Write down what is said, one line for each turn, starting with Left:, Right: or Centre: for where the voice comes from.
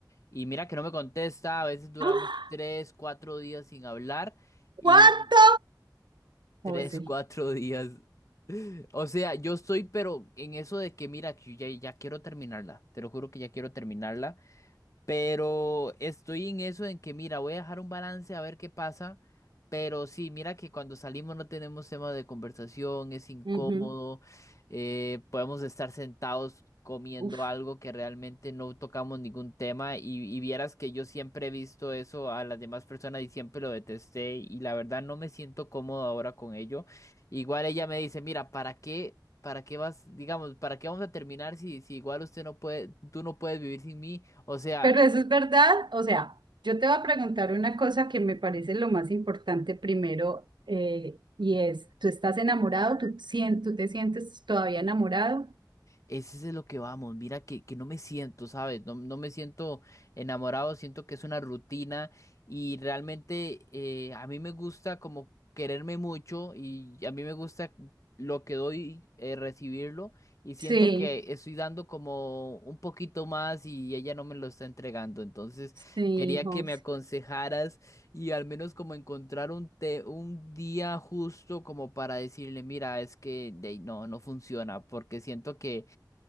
Left: Y mira que no me contesta, a veces duramos
Right: ¡Ah!
Left: tres, cuatro días sin hablar y
Right: ¿Cuánto?
Left: tres,
Right: José.
Left: cuatro días. <laughs> O sea, yo estoy, pero en eso de que mira, que yo ya, ya quiero terminarla, te lo juro que ya quiero terminarla pero estoy en eso en que, mira, voy a dejar un balance a ver qué pasa. Pero sí, mira que cuando salimos no tenemos tema de conversación, es incómodo,
Right: Ujú.
Left: eh, podemos estar sentados comiendo
Right: Uf.
Left: algo que realmente no tocamos ningún tema y, y vieras que yo siempre he visto eso a las demás personas y siempre lo detesté y la verdad no me siento cómodo ahora con ello. Igual ella me dice, mira, ¿para qué? ¿Para qué vas, digamos, para qué vamos a terminar si, si igual usted no puede, tú no puedes vivir sin mí? O sea,
Right: Pero eso es verdad. O sea, yo te voy a preguntar una cosa que me parece lo más importante primero eh, y es, ¿tú estás enamorado? ¿Tú, sien- tú te sientes todavía enamorado?
Left: Ese es de lo que vamos. Mira que, que no me siento, ¿sabes? No, no me siento enamorado, siento que es una rutina y realmente eh, a mí me gusta como quererme mucho y a mí me gusta lo que doy, eh, recibirlo y siento
Right: Sí,
Left: que estoy dando como un poquito más y ella no me lo está entregando. Entonces
Right: sí,
Left: quería
Right: José.
Left: que me aconsejaras y al menos como encontrar un, te- un día justo como para decirle, mira, es que de ahí no, no funciona porque siento que...